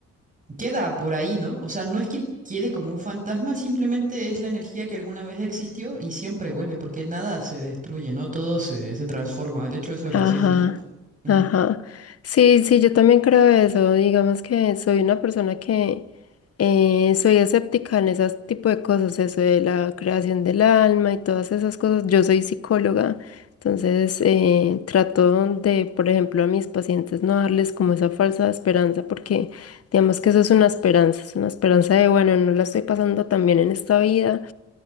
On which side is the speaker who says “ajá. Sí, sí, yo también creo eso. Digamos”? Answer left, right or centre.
Left